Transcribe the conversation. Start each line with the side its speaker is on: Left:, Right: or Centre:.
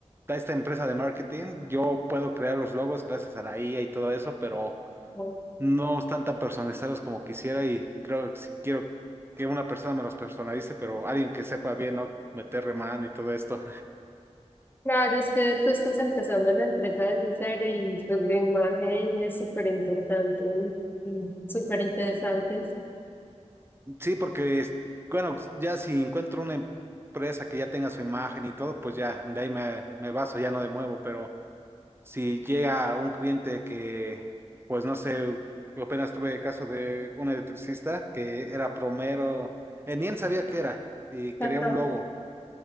Right: esta empresa de marketing, yo puedo crear los logos gracias a la IA y todo eso, pero
Left: Ajá.
Right: no están tan personalizados como quisiera y creo que si quiero que una persona me los personalice, pero alguien que sepa bien, ¿no? Meterle mano y todo esto.
Left: Claro, es que tú estás empezando la empresa desde cero y pues la imagen es súper importante y súper interesante.
Right: Sí, porque, es- bueno, ya si encuentro una empresa que ya tenga su imagen y todo, pues ya, de ahí me, me baso, ya no de nuevo, pero... si llega un cliente que, pues no sé, apenas tuve el caso de un electricista que era promero, eh, ni él sabía qué era y quería
Left: Ajá,
Right: un logo.